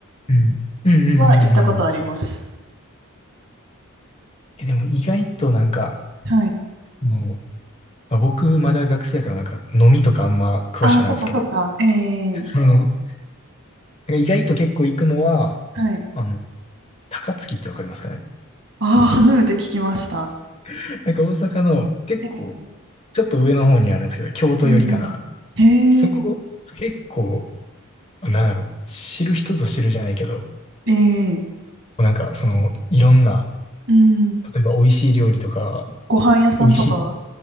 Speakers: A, on the left; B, on the right.
A: うん。うんうんうん
B: は行ったことあります。
A: うん。え、でも意外となんか、
B: はい。
A: もう、まあ、僕まだ学生やからなんか飲みとかあんま詳しくないんですけど、
B: ああ、そっかそっか。ええ
A: その、なんか意外と結構行くのは、
B: はい。
A: あの、高槻ってわかりますかね。
B: ああ、初めて聞きました。
A: <laughs> なんか大阪の結構、
B: え
A: ちょっと上の方にあるんですけど、京都寄りかな。
B: えへえ、
A: そこ、結構なんだろう、知る人ぞ知るじゃないけど、
B: ええ
A: なんかその、いろんな、
B: うん。
A: 例えば美味しい料理とか、
B: ご飯屋さんとか
A: 美味しい、